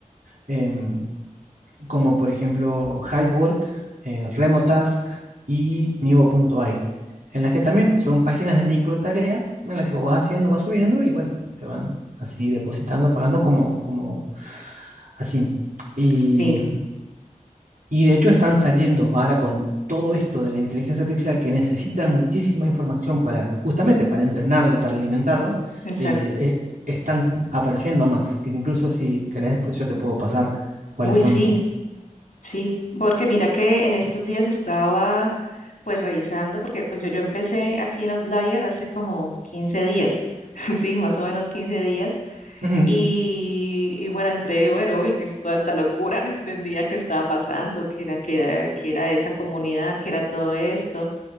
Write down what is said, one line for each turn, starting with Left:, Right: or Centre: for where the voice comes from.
Right: em, como por ejemplo HiveWork, eh, RemoTask y Nivo.ai, en las que también son páginas de micro tareas en las que vos vas haciendo, vas subiendo y bueno, te van así depositando, pagando como, como así. Y,
Left: Sí,
Right: y de hecho están saliendo ahora con todo esto de la inteligencia artificial que necesita muchísima información para, justamente para entrenarla y para alimentarla,
Left: exacto.
Right: eh, eh, están apareciendo más, que incluso si querés, pues yo te puedo pasar cuáles
Left: Uy,
Right: son.
Left: sí. Sí, porque mira que en estos días estaba pues revisando, porque yo, yo empecé aquí en Outlier hace como 15 días, <laughs> sí, más o menos 15 días,
Right: Ujú,
Left: y, y bueno, entré, bueno, uy, que es toda esta locura, <laughs> no entendía qué estaba pasando, qué era, qué era, qué era esa comunidad, qué era todo esto, o